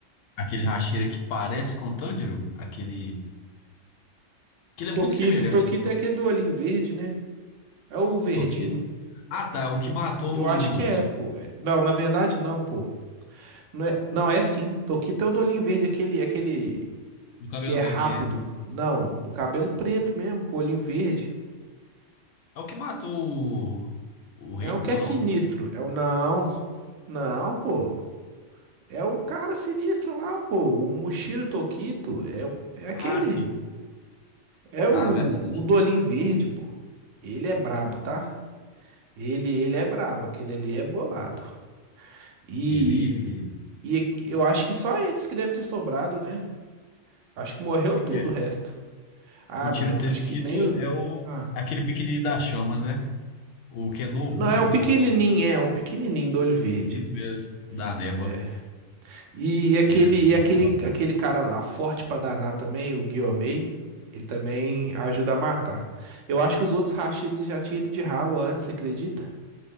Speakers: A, on the left; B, on the right.
A: aquele Hashira que parece com o Tanjiro, aquele. Que ele é
B: Tokito,
A: muito semelhante
B: Tokito é aquele do olhinho verde, né? É o
A: ao
B: verdinho?
A: Tokito. Ah, tá. É o que matou
B: Eu acho que é,
A: o.
B: pô. É- Não, na verdade não, pô. Não é, não, é sim. Toquita é o do olhinho verde, aquele, aquele
A: Do cabelo
B: que é
A: vermelho.
B: rápido. Não, do cabelo preto mesmo, com o olhinho verde.
A: É o que matou o. O Rengoku,
B: É um que é sinistro.
A: não?
B: É o não. Não, pô. É o cara sinistro lá, pô. O Mushiro Tokito é, o- é aquele.
A: Ah, sim.
B: É o,
A: Ah, verdade.
B: o do olhinho verde, pô. Ele é brabo, tá? Ele, ele é brabo, aquele ali é bolado. E,
A: Ele.
B: e, e eu acho que só eles que devem ter sobrado, né? Acho que morreu
A: Como
B: tudo
A: é que é?
B: o resto. Ah,
A: O Tiro
B: não.
A: Tequito
B: Acho que nem o.
A: é o.
B: Ah.
A: Aquele pequenininho das chamas, né? O que é novo,
B: Não,
A: muito
B: é o pequenininho,
A: novo.
B: é um pequenininho do olho verde.
A: Isso mesmo, o da Neva.
B: É. E aquele,
A: Ele é muito
B: e aquele,
A: top.
B: aquele cara lá, forte pra danar também, o Guiomei, ele também ajuda a matar. Eu acho que os outros Rashid já tinham ido de ralo antes, você acredita?